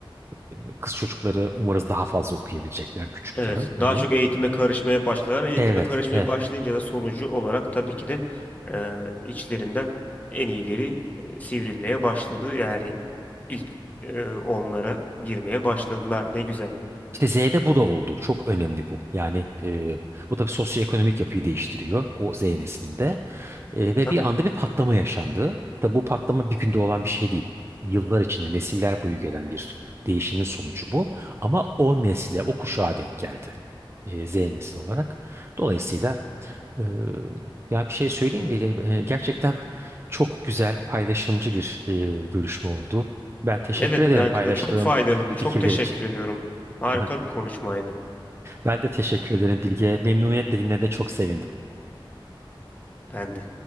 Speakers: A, on the right (about 30°); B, on the left (about 15°).
A: E, kız çocukları umarız daha fazla okuyabilecekler küçükken.
B: Evet.
A: Hani
B: Daha çok eğitime karışmaya başlar. Eğitime
A: evet,
B: karışmaya
A: evet.
B: başlayınca da sonucu olarak tabii ki de e, içlerinden en iyileri e, sivrilmeye başladı. Yani ilk e, onlara girmeye başladılar. Ne güzel.
A: İşte Z'de bu da oldu. Çok önemli bu. Yani e, bu tabii sosyoekonomik yapıyı değiştiriyor o Z neslinde. E, ve
B: Tabii.
A: bir anda bir patlama yaşandı. Tabi bu patlama bir günde olan bir şey değil. Yıllar içinde nesiller boyu gelen bir değişimin sonucu bu. Ama o nesle, o kuşağa denk geldi. E, Z nesil olarak. Dolayısıyla e, ya bir şey
B: Çok
A: söyleyeyim
B: doğru.
A: mi? E, gerçekten çok güzel, paylaşımcı bir e, görüşme oldu. Ben teşekkür
B: Evet
A: ederim
B: bence
A: paylaştığın
B: de çok faydalıydı.
A: fikirler
B: Çok teşekkür
A: için.
B: ediyorum. Harika
A: <laughs>
B: bir konuşmaydı.
A: Ben de teşekkür ederim Bilge. Memnuniyetle dinlediğine de çok sevindim.
B: Ben de.